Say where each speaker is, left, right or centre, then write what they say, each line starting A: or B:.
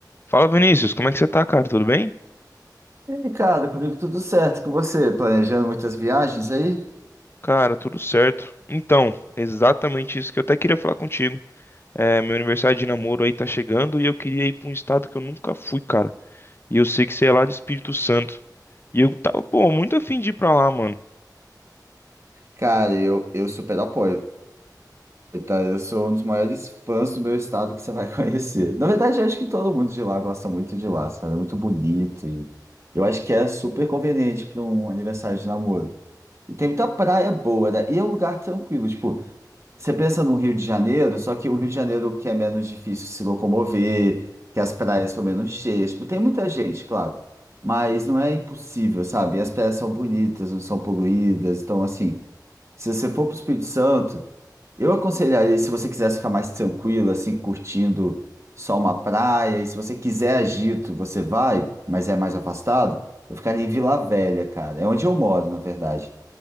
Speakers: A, on the left; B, on the right.
A: Fala Vinícius, como é que você tá, cara? Tudo bem?
B: E, aí, Ricardo, comigo tudo certo, com você, planejando muitas viagens aí?
A: Cara, tudo certo. Então, exatamente isso que eu até queria falar contigo. É, meu aniversário de namoro aí tá chegando e eu queria ir pra um estado que eu nunca fui, cara. E eu sei que você é lá de Espírito Santo. E eu tava, pô, muito afim de ir pra lá, mano.
B: Cara, eu, eu super apoio, tá? Eu sou um dos maiores fãs do meu estado que você vai <laughs> conhecer. Na verdade, eu acho que todo mundo de lá gosta muito de lá, sabe? É muito bonito e eu acho que é super conveniente para um aniversário de namoro. E tem muita praia boa, né? E é um lugar tranquilo, tipo, Você pensa no Rio de Janeiro, só que o Rio de Janeiro que é menos difícil se locomover, que as praias são menos cheias. Tipo, tem muita gente, claro, mas não é impossível, sabe? E As praias são bonitas, não são poluídas. Então, assim, se você for para o Espírito Santo, eu aconselharia, se você quiser ficar mais tranquilo, assim, curtindo só uma praia, e se você quiser agito, você vai, mas é mais afastado, eu ficaria em Vila Velha, cara. É onde eu moro, na verdade